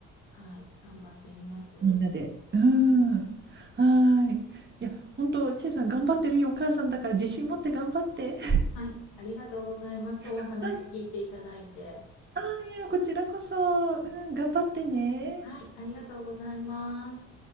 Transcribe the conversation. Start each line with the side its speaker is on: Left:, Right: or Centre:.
Left: はい。頑張ってみます。
Right: みんなで。うん。はーい。いや、本当、ちえさん頑張ってるよ、お母さんだから自信持って頑張って。
Left: はい。ありがとうございます。お話聞いていただいて。
Right: <laughs> はい。ああ、いや、こちらこそ。うん、頑張ってね。
Left: はい。ありがとうございます。